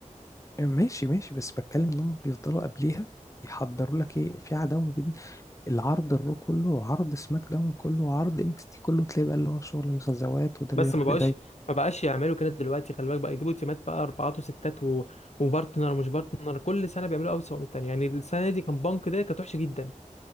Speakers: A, on the left; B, on the left.
A: آه، ماشي ماشي بس بتكلم انهم بيفضلوا قبليها يحضروا لك ايه في عداوة بين العرض الرو كله وعرض سماك داون كله وعرض اكس تي كله تلاقي بقى اللي هو شغل الغزوات وده
B: بس
A: بيروح
B: ما بقاش
A: لده
B: ما بقاش يعملوا كده دلوقتي خلي بالك بقى يجيبوا تيمات بقى اربعات وستات و... وبارتنر ومش بارتنر كل سنه بيعملوا اوسع من التانيه يعني السنه دي كان بانك ده كانت وحشه جدا